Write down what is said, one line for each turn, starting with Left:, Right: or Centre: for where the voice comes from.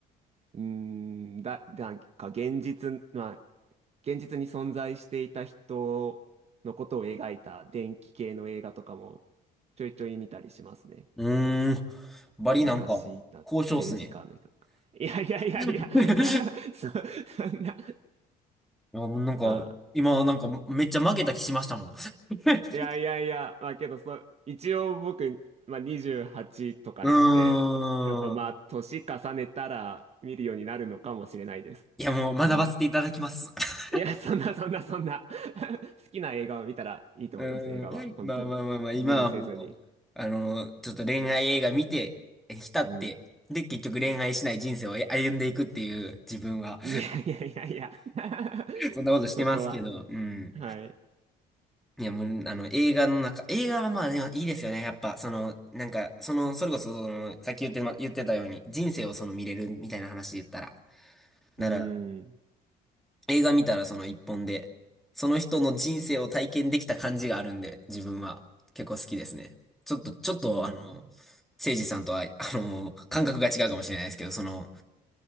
Right: うーん、だ、なんか現実、まあ、現実に存在していた人のことを描いた電気系の映画とかもちょいちょい見たりしますね。
Centre: うーん。バリなんか、
Right: 昔いた政治家の人とか。
Centre: 交渉っすね。
Right: いやいやいやいや
Centre: <laughs> い
Right: <laughs> そ、そんな、
Centre: や、もうなんか、
Right: まあ、
Centre: 今なんかめっちゃ負けた気しましたもん。<laughs>
Right: いやいやいや、まあけどそ、一応僕、まあ、28とかなんで、
Centre: うーん。
Right: やっぱまあ、年重ねたら見るようになるのかもしれないです。
Centre: いや、もう学ばせていただきます。
Right: うん。
Centre: <laughs>
Right: いや、そんなそんなそんな <laughs> 好きな映画を見たらいいと思います、
Centre: うーん。
Right: 映画は。本当に。
Centre: まあまあまあまあ、今はもう、
Right: 無理せずに。
Centre: あの、ちょっと恋愛映画見て、え浸って、
Right: うん。
Centre: で、結局恋愛しない人生を歩んでいくっていう自分は、
Right: いやいやいやいや <laughs>
Centre: <laughs> そんなことしてますけど、
Right: そこは、
Centre: うん。
Right: はい。
Centre: いや、もう、あの、映画の中、映画はまあでもいいですよね。やっぱ、その、なんか、その、それこそ、その、さっき言って、ま、言ってたように、人生をその見れるみたいな話で言ったら。なら、
Right: うん。
Centre: 映画見たらその一本で、その人の人生を体験できた感じがあるんで、自分は結構好きですね。ちょっと、ちょっと、
Right: うん。
Centre: あの、誠司さんとは、あの、感覚が違うかもしれないですけど、その、